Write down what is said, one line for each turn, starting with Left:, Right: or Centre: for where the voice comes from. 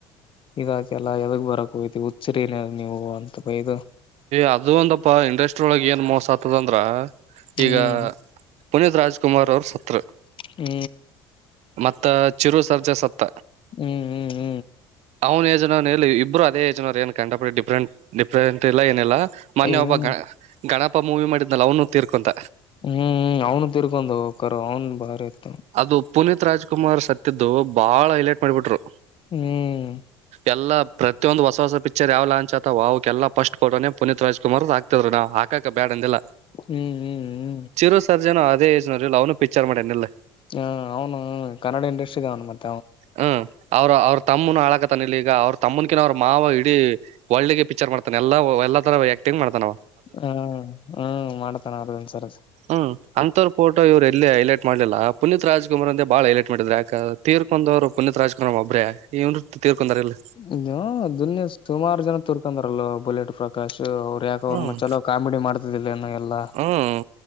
Left: ಇದಾಕ ಎಲ್ಲ ಎದಗ್ ಬರಕ್ ಹೋಗ್ತಿ ಹುಚ್ಚರಿ ನ ನೀವು ಅಂತ ಬೈದು
Right: ಅದದು ಒಂದಪ್ಪ ಇಂಡಸ್ಟ್ರಿ ಒಳಗೆ ಏನ್ ಮೋಸ ಆತದ ಅಂದ್ರ
Left: ಹ್ಮ್
Right: ಈಗ ಪುನೀತ್ ರಾಜ್ಕುಮಾರ್ ಅವ್ರ ಸತ್ರ
Left: ಹ್ಮ್
Right: ಮತ್ತ ಚಿರು ಸರ್ಜಾ ಸತ್ತ
Left: ಹ್ಮ್ ಹ್ಮ್
Right: ಅವ್ನ ಏಜ್ ನವನ್ ಇಬ್ರು ಅದೇ ಏಜ್ ನವರು ಏನ್ ಕಂಡಪ ಡಿಫ್ರೆಂಟ್ ಡಿಫ್ರೆಂಟ್ ಇಲ್ಲ ಏನಿಲ್ಲ ಮೊನ್ನೆ
Left: ಏನ್
Right: ಒಬ್ಬ ಗ ಗಣಪ ಮೂವಿ ಮಾಡಿದನಲ್ಲ ಅವನು ತೀರ್ಕೊಂಡ
Left: ಹ್ಮ್ ಅವನು ತಿರ್ಕೊಂಡ ಕರ ಅವ್ನು ಭಾರಿ ಇತ
Right: ಅದು ಪುನೀತ್ ರಾಜಕುಮಾರ್ ಸತ್ತದು ಬಾಳ ಹೈಲೈಟ್ ಮಾಡಿಬಿಟ್ರು
Left: <unintelligible>
Right: ಎಲ್ಲಾ ಪ್ರತಿಯೊಂದು ಹೊಸ ಹೊಸ ಪಿಕ್ಚರ್ ಯಾವ್ ಲಾಂಚ್ ಆತಾವ ಅವಕ ಎಲ್ಲ ಫಸ್ಟ್ ಪೊಟೋನೆ ಪುನಿತ್ ರಾಜಕುಮಾರ್ ಹಾಕ್ತಾದ್ ನಾವು ಹಾಕಾಕ ಬ್ಯಾಡ ಅಂದಿಲ್ಲ
Left: ಹ್ಮ್ <unintelligible>
Right: ಚಿರು ಸರ್ಜನ ಅದೇ ಎಜ ಇಲ್ಲ ಅವನು ಪಿಚಾರ್ ಮಾಡನ ಇಲ್ಲ
Left: ಹ ಅವನು ಕನ್ನಡ ಇಂಡಸ್ಟ್ರಿ ಅವನು ಮತ್ತ
Right: ಹ್ಮ ಅವ್ರ ಅವ್ರ ತಮ್ಮನು ಆಳಕ ಇಲ್ಲಿಗ ಅವ್ರ ತಮ್ಮನ್ ಕಿನ ಅವ್ರ ಮಾವ ಇಡೀ ವರ್ಡ್ ಗೆ ಪಿಕ್ಚರ್ ಮಾಡ್ತಾನೆ ಎಲ್ಲಾ ಎಲ್ಲಾ ತರ ಆಕ್ಟಿಂಗ್ ಮಾಡ್ತಾನ ಅವ
Left: ಹ್ಮ್ ಹ್ಮ್ ಮಾಡ್ತಾನ ಅದೊನ್ಸರ್ಸಿ
Right: ಹ್ಮ್ ಅಂಥರ್ ಫೋಟೋ ಇವ್ರು ಎಲ್ಲಿ ಹೈಲೈಟ್ ಮಾಡಲಿಲ್ಲ ಪುನಿತ್ ರಾಜಕುಮಾರ್ ಅಂದ ಬಾಳ ಹೈಲೈಟ್ ಮಾಡದ್ರು ಯಾಕ ತೀರ್ <unintelligible> ಪುನಿತ್ರಾಜಕುಮರ ಒಬ್ರೆ ಇನ್ರು ತೀರಕೊನಂಡರ ಇಲ್ಲ
Left: <unintelligible> ದುನ್ಯ ಸುಮಾರು ಜನ ತಿರಕೊಂಡರಲೊ ಬುಲೆಟ್ ಪ್ರಕಾಶ್ ಅವರು ಯಾಕೆ ಅವ್ರ
Right: ಹ್ಮ್
Left: ಚಲೋ ಕಾಮಿಡಿ ಮಾಡ್ತಿದಿಲ್ಲ ಏನ ಎಲ್ಲ
Right: ಹ್ಮ್